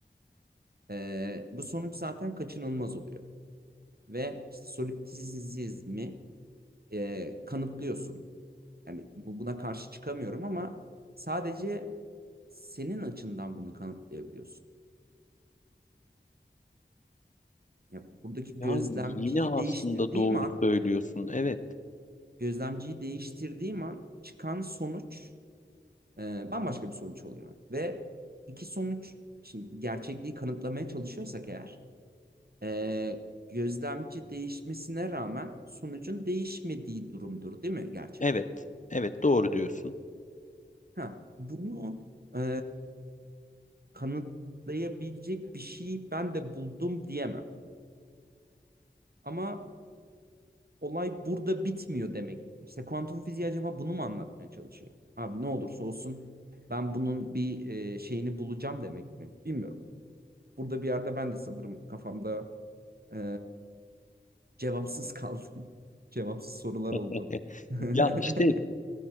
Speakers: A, on the right; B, on the left.
A: e, bu sonuç zaten kaçınılmaz oluyor. Ve işte solipsizmi e, kanıtlıyorsun. Yani bu buna karşı çıkamıyorum ama sadece senin açından bunu kanıtlayabiliyorsun. Yani buradaki
B: Yani
A: gözlemciyi
B: yine aslında
A: değiştirdiğim
B: doğru
A: an,
B: söylüyorsun. Evet.
A: gözlemciyi değiştirdiğim an çıkan sonuç e, bambaşka bir sonuç oluyor. Ve iki sonuç, şimdi gerçekliği kanıtlamaya çalışıyorsak eğer, e, gözlemci değişmesine rağmen sonucun değişmediği durumdur, değil mi gerçek?
B: Evet. Evet, doğru diyorsun.
A: Ha, bunu e, kanıtlayabilecek bir şey ben de buldum diyemem. Ama olay burada bitmiyor demek. İşte kuantum fiziği acaba bunu mu anlatmaya çalışıyor? Abi ne olursa olsun ben bunun bir e, şeyini bulacağım demek mi? Bilmiyorum. Burada bir yerde ben de sanırım kafamda e, cevapsız kaldım. <laughs> Cevapsız sorular oldu.
B: <laughs>
A: <laughs>
B: Ya işte